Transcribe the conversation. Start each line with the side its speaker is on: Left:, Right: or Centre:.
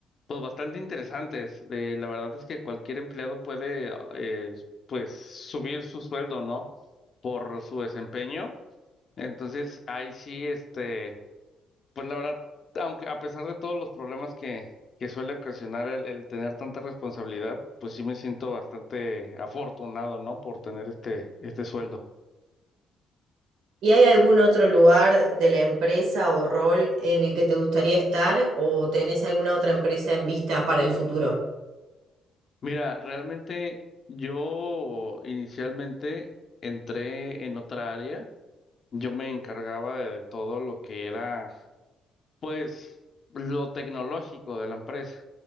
Left: pues bastante interesantes. De, la verdad es que cualquier empleado puede eh, pues subir su sueldo, ¿no? Por su desempeño. Entonces, ahí sí, este, pues la verdad, aunque a pesar de todos los problemas que, que suele ocasionar el, el tener tanta responsabilidad, pues sí me siento bastante afortunado, ¿no? Por tener este, este sueldo.
Right: ¿Y hay algún otro lugar de la empresa o rol en el que te gustaría estar o tenés alguna otra empresa en vista para el futuro?
Left: Mira, realmente yo inicialmente entré en otra área. Yo me encargaba de todo lo que era, pues, lo tecnológico de la empresa.